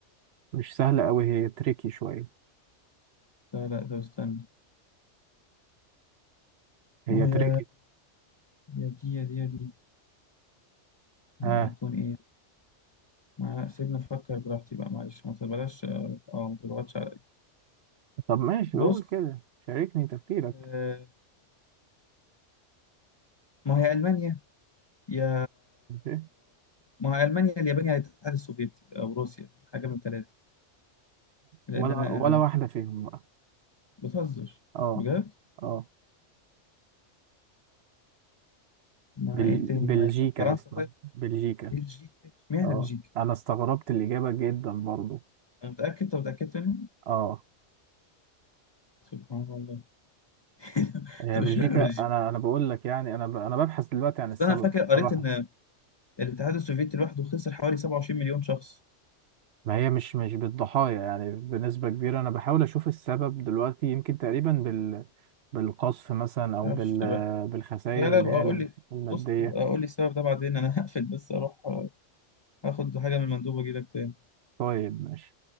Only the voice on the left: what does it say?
لا لا طب استنى
ما هي
يا دي يا دي يا دي يعني
هتكون ايه ما سيبني افكر براحتي بقى معلش ما تبلاش اه آه، ما تضغطش عليا
بص
آه، ما هي المانيا يا
ما هي المانيا اليابان يا الاتحاد السوفيتي او روسيا حاجه من الثلاثه لان
انا
آه،
بتهزر
بجد
ما
هي ايه تاني
ما هي فرنسا
طيب
بلجيكا اشمعنى
بلجيكا
أنا متاكد طب متاكد منها
سبحان الله <laughs>
طب
اشمعنى بلجيكا
اصل انا فاكر قريت
ان الاتحاد السوفيتي لوحده خسر حوالي 27 مليون شخص
ما
اعرفش لا
لا
بقى
اقول لي
بص اقول لي السبب ده بعدين انا <laughs> هقفل بس اروح آه، اخد حاجة من المندوب واجي لك تاني